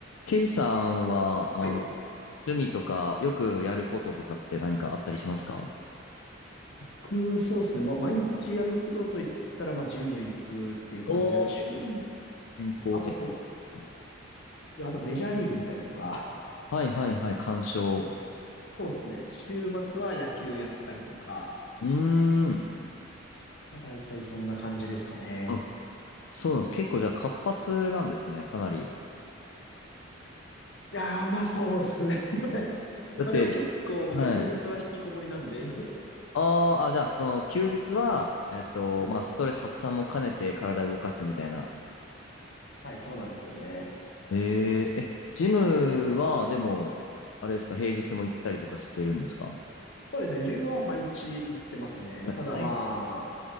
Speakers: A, on the left; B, on the left.
A: ケイさんは、
B: はい。
A: あの、趣味とか、よくやることとかって何かあったりしますか
B: 僕、そうですね。まあ、毎日やることといったら、まあ、ジム行くっていう感じで、
A: おおー、
B: まあ、週に、
A: 健康的ですね。
B: あとそうですね。で、あとメジャーリーグ見たりとか、
A: はいはいはい、鑑賞。
B: <laughs> あと、そうですね。週末は野球やったりとか、
A: うーん。
B: まあ、大体そんな感じですかね。
A: あ、そうなんです。結構じゃあ活発なんですね、かなり。
B: いやー、まあ、そうですね。<laughs>
A: だって、
B: まあ、でも結構僕、
A: はい。
B: 平日は引きこもりなんで、<laughs>
A: あーあ、じゃあ、その休日は、えっと、
B: はいはいはい。
A: まあ、ストレス発散も兼ねて体動かすみたいな。
B: はい、そうなんですよね。
A: えー、え、ジムは、でも、あれですか、平日も行ったりとかしてるんですか
B: そうですね。ジムは毎日行ってますね。
A: はい毎日。
B: ただま